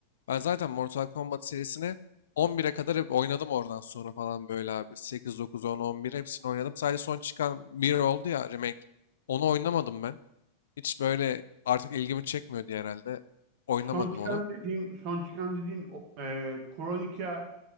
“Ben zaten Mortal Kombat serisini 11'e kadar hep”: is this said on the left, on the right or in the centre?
Left